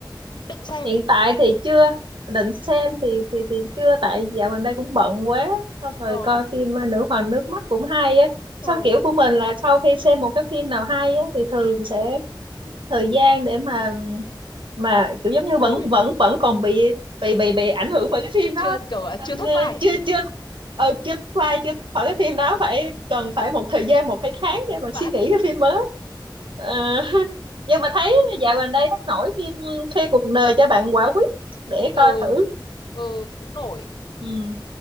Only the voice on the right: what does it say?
hiện
tại thì chưa định xem thì thì thì chưa tại dạo gần đây cũng bận quá xong rồi
coi phim ờ, Nữ hoàng nước mắt cũng hay á
xong kiểu của mình là sau khi xem một cái phim nào hay á thì thường sẽ thời gian để mà mà kiểu giống như
vẫn vẫn vẫn còn bị bị bị bị ảnh hưởng bởi cái phim đó
nên
ờ,
chưa chưa ờ, chưa qua chưa khỏi cái phim đó phải cần phải một thời gian một hai tháng để mà
suy nghĩ cái phim mới Ờ, <laughs> nhưng mà thấy dạo gần đây thấy nổi phim khi cuộc đời cho bạn quả quýt để
coi thử
ừ.